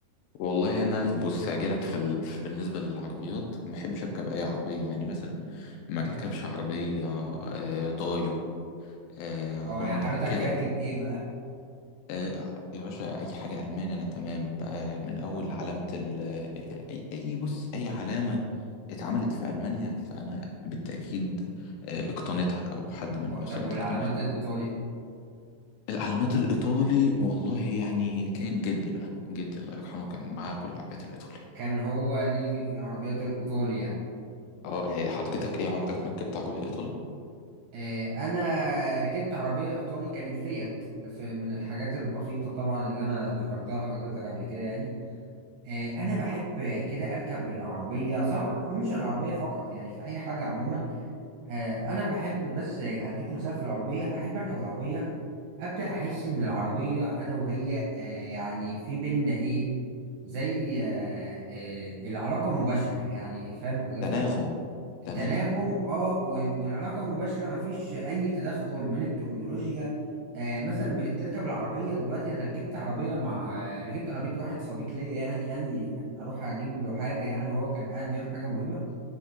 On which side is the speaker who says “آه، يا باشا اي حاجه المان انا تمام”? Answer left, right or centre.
Left